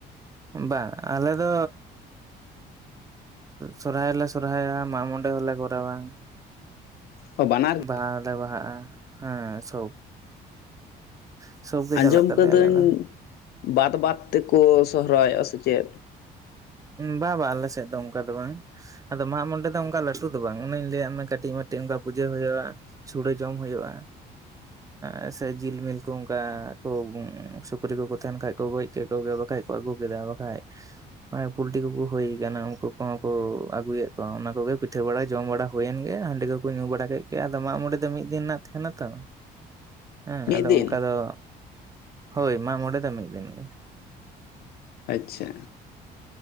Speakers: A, on the right; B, on the left.
A: ᱵᱟᱝ ᱟᱞᱮ ᱫᱚᱻ ᱥᱚᱨᱦᱟᱭ ᱞᱮ ᱥᱚᱨᱦᱟᱭᱟ ᱢᱟᱜᱢᱚᱬᱮ ᱦᱚᱸᱞᱮ ᱠᱚᱨᱟᱣᱼᱟ
B: ᱚ ᱵᱟᱱᱟᱨ
A: ᱵᱟᱦᱟ ᱦᱚᱞᱮ ᱵᱟᱦᱟᱜᱼᱟ ᱦᱮᱸ ᱥᱚᱵ ᱥᱚᱵ ᱜᱮ
B: ᱟᱸᱡᱚᱢ
A: ᱪᱟᱞᱟᱜ ᱛᱟᱞᱮᱭᱟ
B: ᱠᱟᱹᱫᱟᱹᱧ
A: ᱟᱞᱮ ᱫᱚ
B: ᱵᱟᱫ ᱵᱟᱫᱽ ᱛᱮᱠᱚ ᱥᱚᱦᱚᱨᱟᱭᱚᱜᱼᱟ ᱥᱮ ᱪᱮᱫ?
A: ᱵᱟ ᱵᱟ ᱟᱞᱮᱥᱮᱫ ᱫᱚ ᱚᱱᱠᱟ ᱫᱚ ᱵᱟᱝ ᱟᱫᱚ ᱢᱟᱜᱢᱚᱬᱮ ᱫᱚ ᱚᱱᱠᱟ ᱞᱟᱹᱴᱩ ᱫᱚ ᱵᱟᱝ ᱚᱱᱮᱧ ᱞᱟᱹᱭᱟᱜ ᱢᱮ ᱠᱟᱹᱴᱤᱡ ᱢᱟᱴᱤᱡ ᱚᱱᱠᱟ ᱯᱩᱡᱟᱹ ᱦᱳᱭᱳᱜᱼᱟ ᱥᱩᱲᱳ ᱡᱚᱢ ᱦᱳᱭᱳᱜᱼᱟ। ᱮᱸᱻ ᱥᱮ ᱡᱤᱞᱢᱤᱞ ᱠᱩ ᱚᱱᱠᱟ ᱠᱚ ᱥᱩᱠᱨᱤ ᱠᱚᱠᱚ ᱛᱟᱦᱮᱱ ᱠᱷᱟᱡ ᱠᱚ ᱜᱚᱡ <unintelligible> ᱠᱚᱣᱟ ᱵᱟᱠᱷᱟᱡ ᱠᱚ ᱟᱜᱩ ᱠᱮᱫᱟ ᱵᱟᱠᱷᱟᱡ ᱚᱱᱮ ᱯᱩᱞᱴᱤ ᱠᱚᱠᱚ ᱦᱩᱭ ᱠᱟᱱᱟ ᱩᱱᱠᱩ ᱠᱚᱦᱚᱸ ᱠᱚ ᱟᱹᱜᱩᱭᱮᱫ ᱠᱚᱣᱟ ᱚᱱᱟ ᱠᱚᱜᱮ ᱯᱤᱴᱷᱟᱹ ᱵᱟᱲᱟ ᱡᱚᱢ ᱵᱟᱲᱟ ᱦᱩᱭᱮᱱ ᱜᱮ ᱦᱟᱺᱰᱤ ᱠᱚ ᱠᱚ ᱧᱩ ᱵᱟᱲᱟ ᱠᱮᱫ ᱜᱮ ᱟᱫᱚ ᱢᱟᱜ ᱢᱚᱬᱮ ᱫᱚ ᱢᱤᱫ ᱫᱤᱱ ᱨᱮᱱᱟᱜ ᱛᱟᱦᱮᱱᱟ ᱛᱚ
B: <unintelligible>
A: ᱮᱸ ᱟᱫᱚ
B: ᱫᱤᱱ
A: ᱚᱱᱠᱟ ᱫᱚ ᱦᱳᱭ ᱢᱟᱜᱢᱚᱬᱮ ᱫᱚ ᱢᱤᱫ ᱫᱤᱱ ᱜᱮ
B: ᱟᱪᱪᱷᱟ